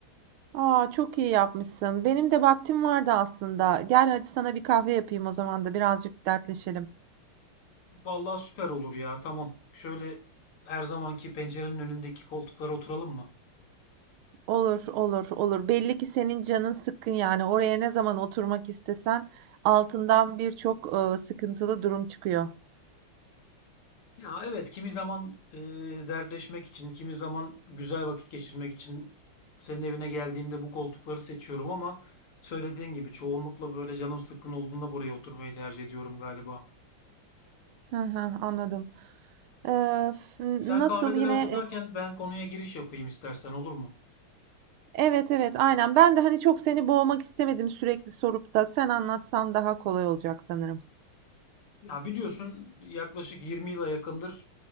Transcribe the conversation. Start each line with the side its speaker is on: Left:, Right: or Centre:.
Right: Aa, çok iyi yapmışsın. Benim de vaktim vardı aslında. Gel hadi sana bir kahve yapayım o zaman da birazcık dertleşelim.
Left: Vallahi süper olur ya, tamam. Şöyle her zamanki pencerenin önündeki koltuklara oturalım mı?
Right: Olur, olur, olur. Belli ki senin canın sıkkın yani. Oraya ne zaman oturmak istesen altından birçok e, sıkıntılı durum çıkıyor.
Left: Ya evet kimi zaman e, dertleşmek için, kimi zaman güzel vakit geçirmek için senin evine geldiğimde bu koltukları seçiyorum ama söylediğin gibi çoğunlukla böyle canım sıkkın olduğunda buraya oturmayı tercih ediyorum galiba.
Right: Hı hı, anladım. Ee, f-
Left: Sen
Right: nasıl
Left: kahveleri
Right: yine
Left: hazırlarken
Right: e,
Left: ben konuya giriş yapayım istersen olur mu?
Right: Evet, evet, aynen. Ben de, hani, çok seni boğmak istemedim sürekli sorup da. Sen anlatsan daha kolay olacak sanırım.
Left: Ya biliyorsun yaklaşık 20 yıla yakındır